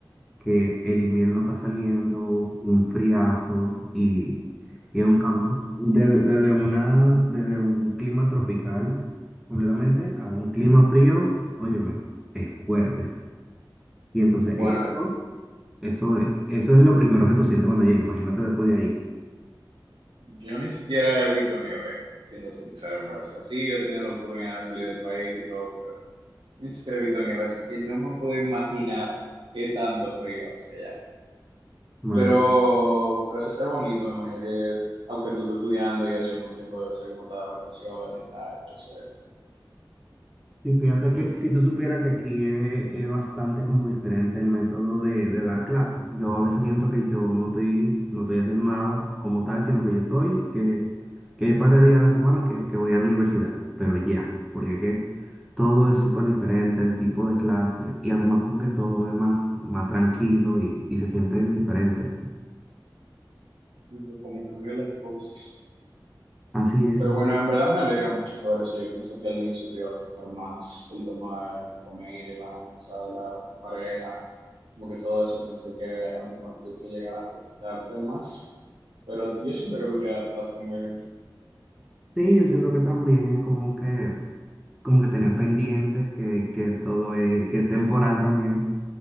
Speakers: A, in the centre; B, on the right.
A: que el invierno está saliendo, un friazo y, y es un cambio de- desde una, desde un clima tropical completamente a un clima frío, óyeme, es fuerte. Y entonces
B: Bueno,
A: esto... Eso es, eso es lo primero que tú sientes cuando llegas, imagínate después de ahí.
B: yo ni siquiera he visto nieve, siendo sincero, pero o sea, sí, yo he tenido la oportunidad de salir del país y todo, pero ni siquiera he visto nieve, así que no me puedo imaginar qué tanto frío hacia allá.
A: Bueno,
B: Pero, pero debe ser bonito, me imagino que, aunque tú estés estudiando y eso, al mismo tiempo debe ser como estar de vacaciones y tal, entonces,
A: y fíjate que si tú supieras que aquí es, es bastante como diferente el método de, de dar clases. Yo a veces siento que yo no estoy, no estoy haciendo nada como tal, sino que yo estoy, que, que hay par de días a la semana que, que voy a la universidad, pero ya, porque que todo es súper diferente, el tipo de clase, y además como que todo es más, más tranquilo y, y se siente diferente.
B: no, como cambiar las cosas.
A: Así es.
B: Pero bueno, en verdad me alegra mucho saber eso. Yo pensé que al inicio te iba a costar más el tema de tu familia, Iván, tú sabes, la, tu pareja, como que todo eso pensé que a lo mejor pudiese llegar a afectarte más, pero yo siento que tú te adaptaste muy bien.
A: Sí, yo siento que también es como que... como que tener pendiente que, que todo es, que es temporal también,